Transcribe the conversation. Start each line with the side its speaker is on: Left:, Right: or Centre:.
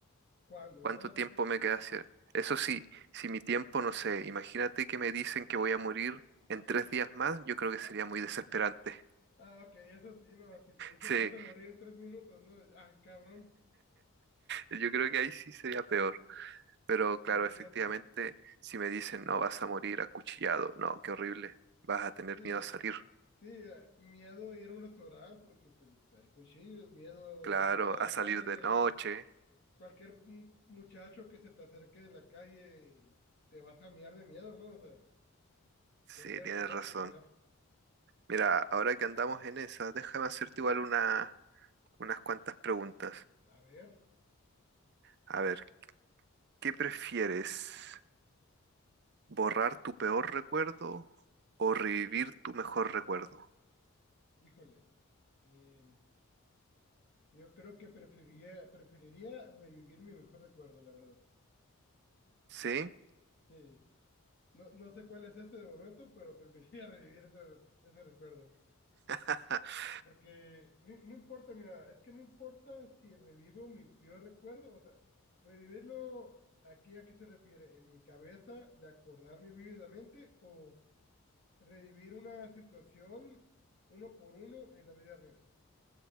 Left: ¿Cuándo,
Right: cuánto
Left: verdad?
Right: tiempo me queda hacer. Eso sí, si mi tiempo, no sé, imagínate que me dicen que voy a morir en tres días más, yo creo que sería
Left: Ah,
Right: muy desesperante.
Left: ah, ok, eso sí, no, si te dice
Right: <laughs>
Left: te vas a
Right: Sí,
Left: morir en tres minutos, ¿no? Ah, cabrón,
Right: yo creo que ahí sí sería peor. Pero claro,
Left: sí, sería
Right: efectivamente,
Left: peor.
Right: si me dicen, no, vas a morir acuchillado, no, qué horrible, vas a tener
Left: Sí,
Right: miedo a salir.
Left: sí, ah, miedo a ir a un restaurante porque pues hay cuchillos, miedo
Right: Claro,
Left: a salir a la
Right: a salir
Left: calle,
Right: de noche.
Left: cualquier mu- muchacho que se te acerque en la calle te vas a mear de miedo, ¿no? O sea,
Right: Sí,
Left: cualquiera
Right: tienes
Left: te puede
Right: razón.
Left: cuchillar.
Right: Mira, ahora que andamos en esa, déjame hacerte igual una, unas cuantas preguntas.
Left: A ver,
Right: A ver, ¿qué prefieres? ¿Borrar tu peor recuerdo o revivir tu mejor recuerdo?
Left: híjole. em, Yo creo que preferiría, preferiría revivir mi mejor recuerdo, la verdad.
Right: ¿Sí?
Left: Sí. No, no sé cuál es ese de momento, pero preferiría <laughs> revivir ese, ese recuerdo.
Right: <laughs>
Left: Porque no, no importa, mira, es que no importa si revivo mi peor recuerdo, o sea, revivirlo aquí a qué se refiere, en mi cabeza, de acordarme vívidamente, o revivir una situación uno por uno en la vida real.